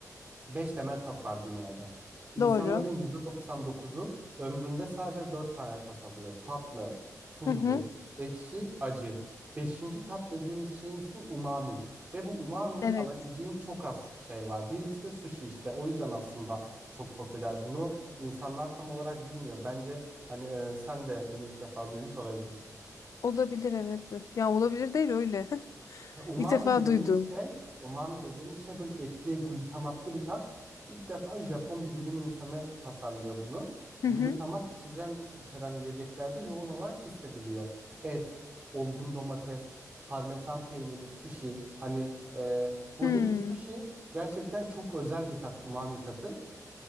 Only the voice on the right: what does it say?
Beş temel tat var dünyada. İnsanların
%99'u ömründe sadece dört tane tat alıyor. Tatlı, tuzlu,
ekşi, acı. Beşinci tat dediğimiz şeyin ismi umami. Ve bu umamiyi
alabileceğin çok az şey var. Birisi de sushi işte. O yüzden aslında çok popüler. Bunu insanlar tam olarak bilmiyor. Bence hani e, sen de bunu ilk defa duymuş olabilirsin.
Ha, Umami
dediğimiz
şey, umami dediğimiz şey böyle etli, glutamatlı bir tat. İlk defa Japon bir bilim insanı tasarlıyor bunu.
Glutamat
içeceğin, içeren yiyeceklerde yoğun olarak hissediliyor. Et, olgun domates, parmesan peyniri, sushi. Hani e, buradaki
sushi gerçekten çok özel bir tat, umami tatı.